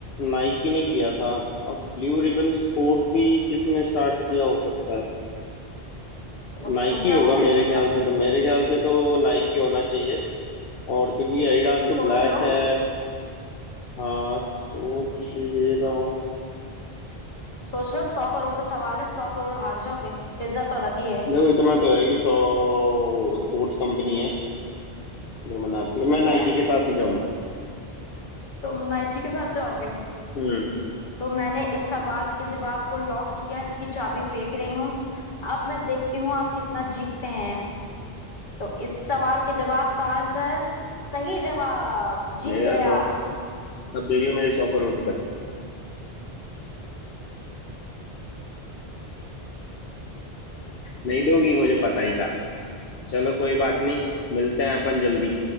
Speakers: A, on the left; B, on the left.
A: नाइकी ने किया था अब ब्लू रिबन स्पोर्ट भी किसने स्टार्ट किया हो सकता है
B: तो वो
A: नाइकी
B: तुम जानो
A: होगा
B: मैं
A: मेरे
B: क्यों बताऊं
A: ख्याल से तो मेरे ख्याल से तो नाइकी होना चाहिए और तो क्योंकि एडिडास तो
B: सोच
A: ब्लैक
B: लो
A: है हाँ सोच ही रहा हूँ।
B: सोच लो सौ करोड़ का सवाल है सौ करोड़ हार जाओगे पिज्जा तो अलग ही है
A: देखो इतना तो है कि सौ वो स्पोर्ट्स कंपनी है जो बनाती है
B: ठीक
A: मैं नाइकी
B: है
A: के साथ ही जाऊंगा
B: तुम नाइकी के साथ जाओगे
A: हम्म
B: तो मैंने इस सवाल के जवाब को लॉक किया इसकी चाबी फेंक रही हूँ अब मैं देखती हूँ आप कितना जीतते हैं तो इस सवाल के जवाब का आंसर सही जवाब जीत
A: देगा
B: गया
A: सौ कब दे रही हो मेरे सौ करोड़ रुपए नहीं दोगी मुझे पता ही था चलो कोई बात नहीं मिलते हैं अपन जल्दी